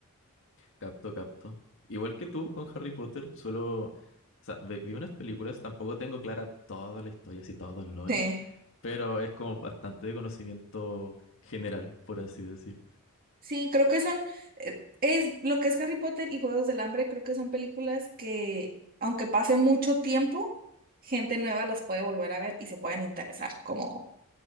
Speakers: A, on the left (about 60°); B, on the right (about 40°).
A: Capto, capto. Igual que tú con Harry Potter, solo... O sea, ve- vi unas películas, tampoco tengo clara toda la historia, así todo el lore,
B: Sí,
A: pero es como bastante de conocimiento general, por así decir.
B: sí, creo que son, eh, es lo que es Harry Potter y Juegos del Hambre, creo que son películas que, aunque pase mucho tiempo, gente nueva las puede volver a ver y se pueden interesar, como